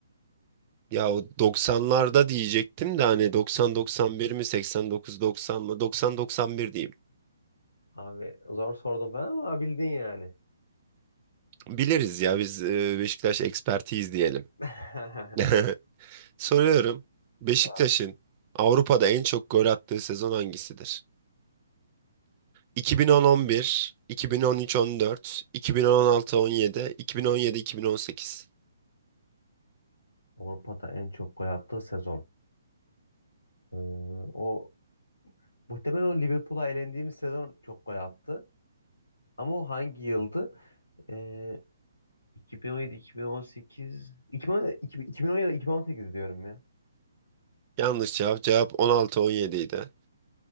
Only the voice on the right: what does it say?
Ya o 90'larda diyecektim de hani 90-91 mi, 89-90 mı? 90-91 diyeyim.
Biliriz ya biz e, Beşiktaş ekspertiyiz diyelim.
<laughs> Soruyorum. Beşiktaş'ın
Avrupa'da en çok gol attığı sezon hangisidir? 2010-11, 2013-14, 2016-17, 2017-2018.
Yanlış cevap. Cevap 16-17 idi.